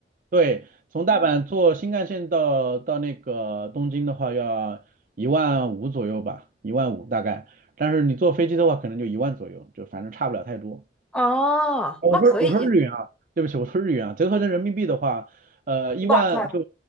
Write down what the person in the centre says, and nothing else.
啊，
那可以，
五百块，